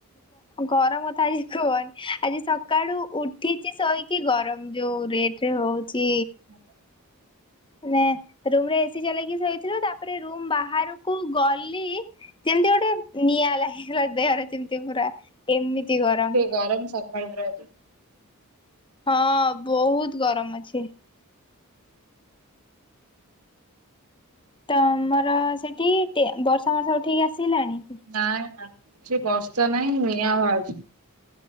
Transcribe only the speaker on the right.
ହ
ଗରମ୍ ସ ଖାଳୁ ପୁରା
ନାଇଁ-ନାଇଁ କିଛି ବର୍ଷା ନାହିଁ ନିଆଁ ବାହାରୁଛି।